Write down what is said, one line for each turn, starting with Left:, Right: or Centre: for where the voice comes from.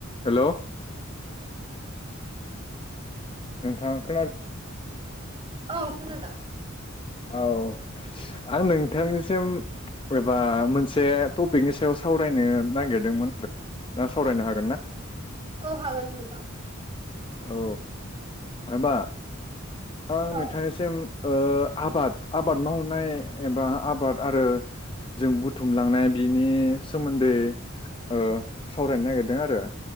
Left: Hello. नोंथाङा खोनाद
Right: औ खोनादों।
Left: औ आं नोंथांनिसिम एबा मोनसे टपिकनि सायाव सावरायनो नागिरदोंमोन आरो ना सावरायनो हागोन ना?
Right: औ हागोन नोंथां।
Left: औ। माबा आं नोंथांनिसिम
Right: औ।
Left: ओह आबाद आबाद मावनाय एबा आबाद आरो जों बुथुमलांनाय बिनि सोमोन्दै ओह सावरायनो नागिरदों आरो।